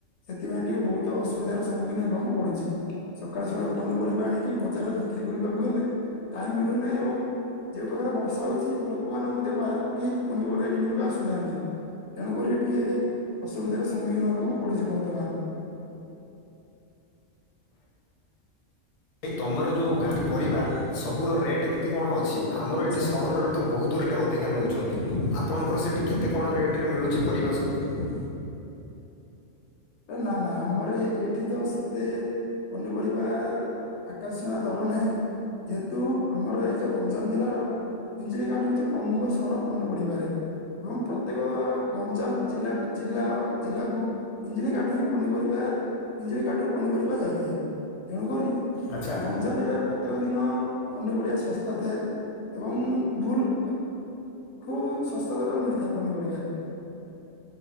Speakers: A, on the left; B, on the left.
A: ସେଥିପାଇଁ ଟିକେ ବହୁତ ଅସୁବିଧାର ସମ୍ମୁଖୀନ ହେବାକୁ ପଡିଛି। ସକାଳୁ ସକାଳୁ ପନିପରିବା ଆଣିକି ବଜାରରେ ବିକ୍ରି କରିବାକୁ ହେଲେ ଟାଇମ୍ ମିଳୁନାହିଁ ଏବଂ ଯୋଉ ପ୍ରକାର ବର୍ଷା ହଉଛି ଲୋକମାନେ ମଧ୍ୟ ବାହାରକୁ କେହି ପାନି ପରିବା କିଣିବାକୁ ଆସୁନାହାନ୍ତି। ତେଣୁକରି ଟିକେ ଅସୁବିଧାର ସମ୍ମୁଖୀନ ହେବାକୁ ପଡୁଛି ବର୍ତ୍ତମାନ।
B: ଭାଇ ତମର ଯୋଉ ଗାଁ ପରିବା ସବୁ ର ରେଟ୍ କେମିତି କଣ ଅଛି? ଆମର
A: ଆଚ୍ଛା
B: ଏଠି ସହରର ତ ବହୁତ ରେଟ୍ ଅଧିକା ନେଉଛନ୍ତି ଆପଣଙ୍କର ସେଇଠି କେତେ କଣ ରେଟ ରେ ମିଳୁଛି ପରିବା ସବୁ?
A: ନା ନା ଆମର ଏଇଠି ତ ସେତେ ପନିପରିବା ଆକାଶ ଛୁଆଁ ଦର ନାହିଁ। ଯେହେତୁ ଆମର ଏଇ ଯୋଉ ଗଞ୍ଜାମ ଜିଲ୍ଲାର ଇଞ୍ଜଳି କାଠ ହଉଛି ପ୍ରମୁଖ ସହର ପନିପଡିବାରେ। ଏବଂ ପ୍ରତ୍ୟେକ ଗଞ୍ଜାମ ଜିଲ୍ଲା ଜିଲ୍ଲା ଜିଲ୍ଲାକୁ ଇଞ୍ଜିଳି କାଠ ହିଁ ପନିପରିବା ଇଞ୍ଜିଳି କାଠ ରୁ ପନିପରିବା ଯାଇଥାଏ ତେଣୁକରି
B: ଆଚ୍ଛା
A: ଗଞ୍ଜାମ ଜିଲ୍ଲାରେ ପ୍ରତ୍ୟେକ ଦିନ ପନିପରିବା ଶସ୍ତା ଥାଏ ଏବଂ ଭୁଲ ଖୁବ ଶସ୍ତା ଦରରେ ମିଳିଥାଏ ପନିପରିବା।